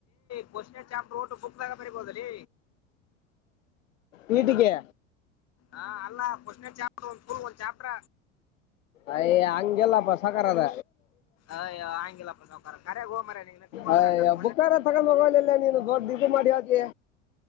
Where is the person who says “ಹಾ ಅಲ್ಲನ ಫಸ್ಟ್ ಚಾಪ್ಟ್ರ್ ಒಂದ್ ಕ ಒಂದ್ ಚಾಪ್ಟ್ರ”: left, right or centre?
Left